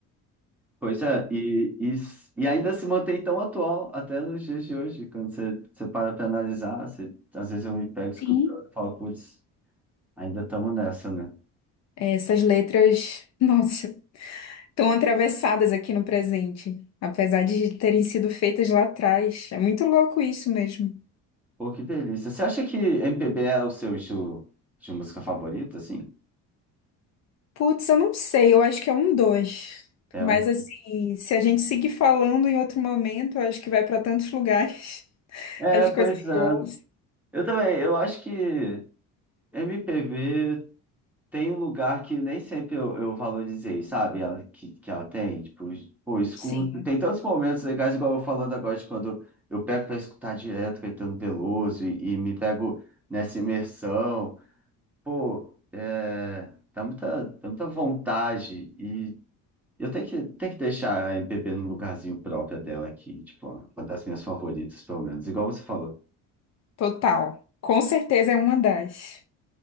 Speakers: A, in the centre; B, on the left.
A: Pois é, e, e, e ainda se mantém tão atual até nos dias de hoje, quando você, você para para analisar, você- às vezes eu me pego escutando
B: Sim.
A: e falo, putz, ainda estamos nessa, né?
B: Essas letras, <laughs> nossa, estão atravessadas aqui no presente, apesar de terem sido feitas lá atrás. É muito louco isso mesmo.
A: Pô, que delícia. Você acha que MPB é o seu estilo de música favorito, assim?
B: Putz, eu não sei, eu acho que é um dois.
A: É
B: Mas
A: um.
B: assim, se a gente seguir falando em outro momento, eu acho que vai para tantos lugares <laughs>
A: É,
B: as coisas
A: pois
B: que
A: é.
B: eu ouço.
A: Eu também, eu acho que MPB tem um lugar que nem sempre eu, eu valorizei, sabe? Ela, que, que ela tem, tipo, pô, eu escuto.
B: Sim,
A: Tem tantos momentos legais, igual eu falando agora, de quando eu pego pra escutar direto Caetano Veloso e, e me pego nessa imersão. Pô, é, dá muita, dá muita vontade. E Eu tenho que, tenho que deixar a MPB no lugarzinho próprio dela aqui, tipo, ó, uma das minhas favoritas, pelo menos, igual você falou.
B: total. Com certeza é uma das.